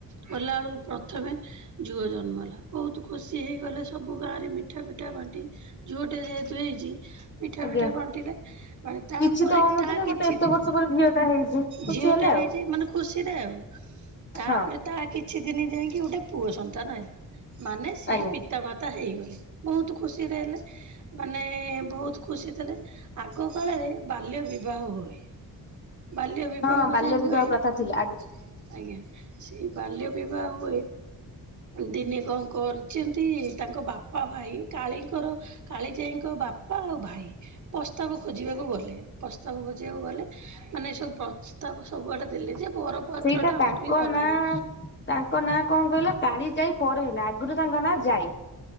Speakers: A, on the right (about 50°); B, on the left (about 30°).
A: ଗଲାବେଳକୁ ପ୍ରଥମେ ଝୁଅ ଜନ୍ମଲା ବହୁତ ଖୁସି ହେଇଗଲେ ସବୁ ଗାଁରେ ମିଠା ପିଠା ବାଣ୍ଟି ଝୁଅଟେ ଯେହେତୁ ହେଇଛି। ପିଠା
B: ଆଜ୍ଞା।
A: ପିଠା ବାଣ୍ଟିଲେ ତାପରେ
B: କିଛି ତ ହଉନଥିଲେ
A: ତା କିଛି।
B: ଗୋଟେ ଏତେ
A: ଜିଂ
B: ବର୍ଷ ପରେ ଝିଅ ଟା ହେଇଛି ଖୁସି
A: ଝିଅ
B: ହେଲେ
A: ଟେ ହେଇଛି
B: ଆଉ
A: ମାନେ ଖୁସିରେ ଆଉ ତାପରେ
B: ହଁ।
A: ତା କିଛି ଦିନ ଯାଇକି ଗୋଟେ ପୁଅ ସନ୍ତାନ ହେଲା ମାନେ ସିଏ
B: ଆଜ୍ଞା
A: ତିନି ପିତା ମାତା ହେଇଗଲେ ବହୁତ ଖୁସିରେହେଲେ। ମାନେ ବହୁତୁ ଖୁସି ଥିଲେ। ଆଗ କାଳରେ ବାଲ୍ୟ ବିବାହ ହୁଏ। ବାଲ୍ୟ ବିଭାହ
B: ହଁ ବାଲ୍ୟ
A: ଯେ ହୁଏ
B: ବିବାହ
A: ଆଜ୍ଞା
B: ପ୍ରଥା ଥିଲା
A: ସେଇ ବାଲ୍ୟ ବିବାହ ହୁଏ। ଦିନେ କ କରିଛନ୍ତି। ତାଙ୍କ ବାପା ଭାଇ କାଳୀଙ୍କର କାଳିଜାଇଙ୍କ ବାପା ଆଉ ଭାଇ ପ୍ରସ୍ତାବ ଖୋଜିବାକୁ ଗଲେ ପ୍ରସ୍ତାବ ଖୋଜି ଯେଉ ଗଲେ ମାନେ ସବୁ ପ୍ରସ୍ତାବ ସବୁଆଡେ ଦେଲେ ଯେ ବର ପାତ୍ର
B: ସେଇଟା
A: ଟା
B: ତାଙ୍କ
A: ଆମର ଟିକେ ଭଲ
B: ନାଁ
A: ହଉ।
B: ତାଙ୍କ ନାଁ କଣ କହିଲ କାଳି ଯାଇ ପରେ ହେଲା ଆଗରୁ ତାଙ୍କ ନାଁ ଯାଇ।